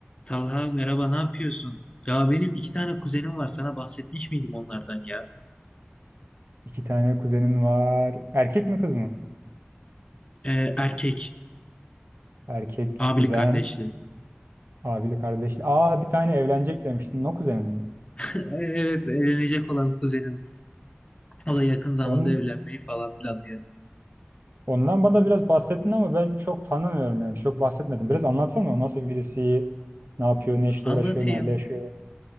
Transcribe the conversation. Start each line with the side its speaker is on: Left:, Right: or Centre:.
Left: Talha merhaba ne yapıyorsun? Ya benim iki tane kuzenim var. Sana bahsetmiş miydim onlardan ya?
Right: İki tane kuzenin var. Erkek mi kız mı?
Left: Ee, erkek.
Right: Erkek
Left: Abili
Right: kuzen.
Left: kardeşli.
Right: Abili kardeşli. Aa bir tane evlenecek demiştin. O kuzenin mi?
Left: <laughs> Evet evlenecek olan kuzenim. O da yakın zamanda
Right: Onun,
Left: evlenmeyi falan planlıyor.
Right: ondan bana biraz bahsettin ama ben çok tanımıyorum yani. Çok bahsetmedim. Biraz anlatsana o nasıl birisi, ne yapıyor, ne işle
Left: Anlatayım.
Right: uğraşıyor, nerede yaşıyor.